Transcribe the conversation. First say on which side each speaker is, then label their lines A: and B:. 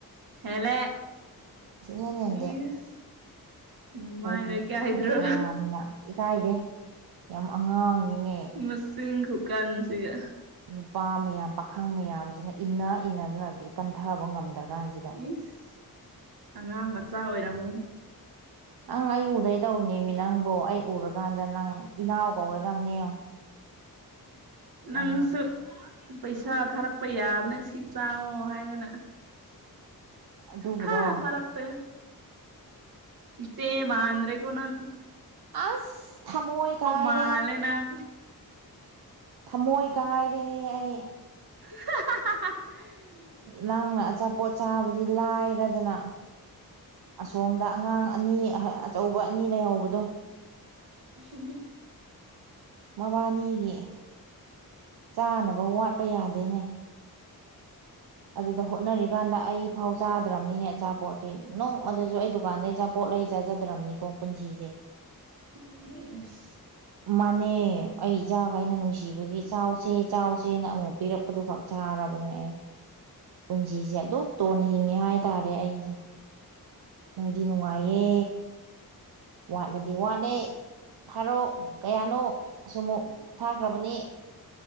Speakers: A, on the right; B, on the right.
A: ꯍꯦꯂꯦ
B: ꯁꯨꯛꯍꯦꯟ ꯍꯦꯟꯗꯦ
A: ꯏꯁ ꯑꯗꯨꯃꯥꯏꯅ
B: ꯑꯩꯈꯣꯏꯗꯤ
A: ꯏꯀꯥꯏꯗ꯭ꯔꯣ
B: ꯌꯥꯝꯅ ꯏꯀꯥꯏꯗꯦ ꯌꯥꯝ ꯑꯉꯥꯡꯉꯤꯅꯦ
A: ꯃꯆꯤꯟ ꯈꯨꯀꯟꯁꯤꯒ
B: ꯅꯨꯄꯥ ꯃꯌꯥꯝ ꯄꯥꯈꯪ ꯃꯌꯥꯝꯁꯤꯅ ꯏꯟꯅ ꯏꯟꯅꯗꯅꯁ ꯀꯟꯊꯕ ꯉꯝꯗ꯭ꯔꯀꯥꯟꯁꯤꯗ
A: ꯏꯁ ꯑꯉꯥꯡ ꯃꯆꯥ ꯑꯣꯏꯔꯝꯒꯅꯤ
B: ꯅꯪ ꯑꯩ ꯎꯗꯩ ꯇꯧꯅꯦꯃꯤ ꯅꯪꯕꯨꯣ ꯑꯩ ꯎꯔꯀꯥꯟꯗ ꯅꯪ ꯏꯅꯥꯎ ꯀꯧꯔꯗꯝꯅꯦ
A: ꯅꯪꯁꯨ
B: ꯅꯪ
A: ꯄꯩꯁꯥ ꯊꯥꯔꯛꯄ ꯌꯥꯕ ꯅꯪ ꯁꯤ ꯆꯥꯛꯑꯣꯣ ꯍꯥꯏꯗꯅ
B: ꯑꯗꯨꯕꯨꯔꯣ
A: ꯍꯥ ꯊꯔꯥꯛꯄ ꯏꯆꯦ ꯃꯥꯗ꯭ꯔꯦ ꯀꯅꯥꯪ
B: ꯑꯁ ꯊꯃꯣꯣꯏ ꯀꯥꯏ
A: ꯃꯥꯜꯂꯦ
B: ꯔꯦ
A: ꯅꯪ
B: ꯊꯝꯃꯣꯏ ꯀꯥꯏꯔꯦꯍꯦ ꯑꯩ
A: <unintelligible>
B: ꯅꯪꯅ ꯑꯆꯥꯄꯣꯠ ꯆꯥꯕꯗꯤ ꯂꯥꯏꯔꯗꯅ ꯑꯁꯣꯝꯗ ꯑꯉꯥꯡ ꯑꯅꯤ ꯑꯆꯧꯕ ꯑꯅꯤ ꯂꯩꯍꯧꯕꯗꯣ
A: ꯎ
B: ꯃꯕꯥꯅꯤꯒꯤ ꯆꯥꯅꯕ ꯋꯥꯠꯄ ꯌꯥꯗꯦꯅꯦ ꯑꯗꯨꯗ ꯍꯣꯠꯅꯔꯤꯀꯥꯟꯗ ꯑꯩ ꯑꯥꯎ ꯆꯥꯗ꯭ꯔꯕꯅꯤꯅꯦ ꯑꯆꯥꯄꯣꯠꯁꯤꯦ ꯅꯣꯡꯃꯗꯁꯨ ꯑꯩ ꯗꯨꯀꯥꯟꯗꯩ ꯑꯆꯥꯄꯣꯠ ꯂꯩ ꯆꯥꯖꯗ꯭ꯔꯕꯅꯤꯀꯣ ꯄꯨꯟꯁꯤꯁꯦ <unintelligible>
A: ꯍ
B: ꯃꯥꯟꯅ ꯑꯩ ꯏꯖꯆꯥꯒꯥꯏꯩꯅ ꯅꯨꯡꯁꯤꯕꯒꯤ ꯆꯥꯎꯁꯦ ꯆꯥꯎ ꯆꯦꯅ ꯑꯃꯨꯛ ꯄꯤꯔꯛꯄꯗꯨ ꯈꯛ ꯆꯥꯔꯕ ꯑꯩ ꯄꯨꯟꯁꯤꯁꯦ ꯑꯗꯨ ꯇꯣꯟ ꯍꯤꯡꯉꯦ ꯍꯥꯏꯇꯥꯔꯦ ꯑꯩꯁꯦ ꯅꯣꯏꯗꯤ ꯅꯨꯡꯉꯥꯏꯌꯦ ꯋꯥꯠꯂꯗꯤ ꯋꯥꯠꯂꯦ ꯊꯥꯔꯣ ꯀꯌꯥꯅꯣ ꯑꯃꯨꯛ ꯊꯥꯈ꯭ꯔꯕꯅꯦ